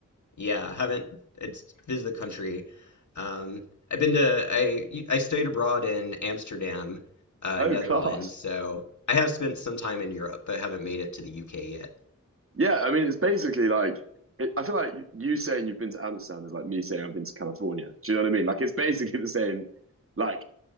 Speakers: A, on the left (about 65°); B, on the right (about 45°).
A: Yeah, I haven't it's visited the country. Um, I've been to I I studied abroad in Amsterdam, uh,
B: Oh,
A: Netherlands,
B: class.
A: so I have spent some time in Europe, but haven't made it to the UK yet.
B: Yeah, I mean, it's basically like it, I feel like y- you saying you've been to Amsterdam is like me saying I've been to California. Do you know what I mean? Like it's basically the same. Like